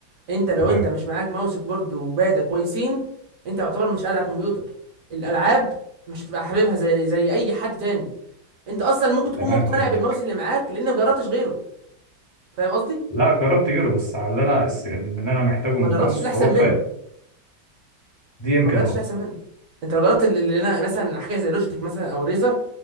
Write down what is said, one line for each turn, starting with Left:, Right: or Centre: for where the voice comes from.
Right: انت لو
Left: تمام
Right: انت مش معاك ماوس وكيبورد وباده كويسين انت يعتبر مش قاعد على الكمبيوتر الالعاب مش هتبقى حاببها زي زي اي حد تاني انت اصلا ممكن تكون
Left: تمام
Right: مقتنع
Left: فهمتك
Right: بالماوس اللي معاك لان ما جربتش غيره فاهم قصدي
Left: لا جربت يورو بس على اللي انا الس- اللي انا محتاجه
Right: ما
Left: من الماوس
Right: جربتش اللي احسن
Left: هو
Right: منه
Left: كفايه دي يمكن
Right: ما جربتش
Left: اه
Right: احسن منه انت لو جربت اللي اللي انا مثلا حاجه زي لوجيتك مثلا او ريزر